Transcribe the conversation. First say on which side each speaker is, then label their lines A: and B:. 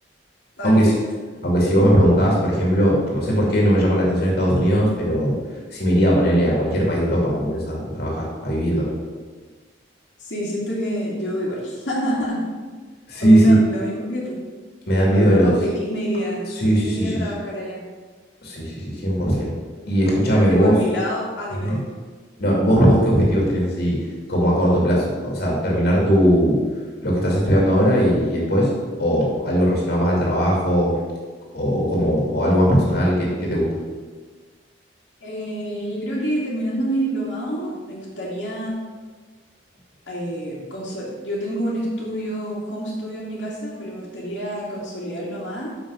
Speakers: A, on the left (about 75°); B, on the left (about 60°).
A: perfecto.
B: Aunque, s- aunque si vos me preguntás, por ejemplo, no sé por qué no me llama la atención Estados Unidos, pero sí me iría a ponerle a cualquier país de Europa, ¿entendés? A, a trabajar, a vivir también.
A: Sí, siento que yo igual. <laughs>
B: Sí,
A: Opino
B: sí,
A: lo mismo que tú.
B: me dan
A: A
B: miedo
A: Europa
B: los...
A: feliz me iría.
B: Sí,
A: Feliz
B: sí,
A: me
B: sí,
A: iría
B: sí,
A: a trabajar allá.
B: sí, sí, sí, 100%. Y escúchame
A: Aparte
B: vos,
A: por mi lado, ah, dime,
B: Ujú.
A: dime.
B: no, vos, vos qué objetivos tenés así como a corto plazo? O sea, terminar tu, lo que estás estudiando ahora y, y después, o algo relacionado más al trabajo, o como o algo más personal que, que te gusta.
A: Eh, yo creo que terminando mi diplomado me gustaría eh, consol- Yo tengo un estudio, home studio en mi casa, pero me gustaría consolidarlo más,